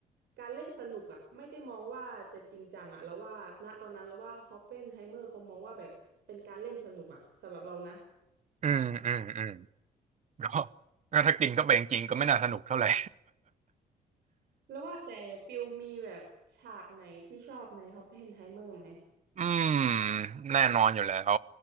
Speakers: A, on the right; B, on the right.
A: การเล่นสนุกอะไม่ได้มองว่าจะจริงจังอะแล้วว่าณตอนนั้นเราว่าฮอปเพนไฮเมอร์เขามองว่าแบบเป็นการเล่นสนุกอะสำหรับเรานะ
B: อืมอืมอืมก็ก็ถ้ากินเข้าไปจริงๆก็ไม่น่าสนุกเท่าไหร่
A: แล้วว่าแต่ปิวมีแบบฉากไหนที่ชอบในฮอปเพนไฮเมอร์ไหม
B: <laughs> อืมแน่นอนอยู่แล้ว